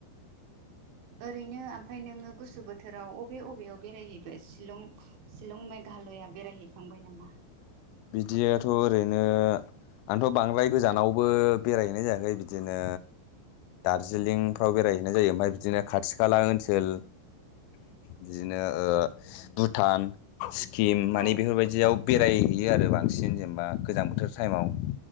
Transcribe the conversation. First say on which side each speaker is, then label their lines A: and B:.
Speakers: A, on the right (about 75°); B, on the left (about 90°).
A: ओरैनो ओमफाय नोङो गुसु बोथोर थोराव अबे अबेयाव बेरायहैबाय शिलं शिलं मेघालया बेरायहैखांबाय नामा।
B: बिदियाथ ओरैनो आंथ बांद्राय गोजानावबो बेरायहैनाय जायाखै बिदिनो दार्जिलिं आव बेरायहैनाय जायो ओमफ्राय बिदिनो खाथि खाला ओनसोल बिदिनो ओ भुटान सिकिम मानि
A: औ
B: बेफोरबायदियाव बेराय हैयो आरो बांसिन जेनेबा गोजां बोथोर टाइमाव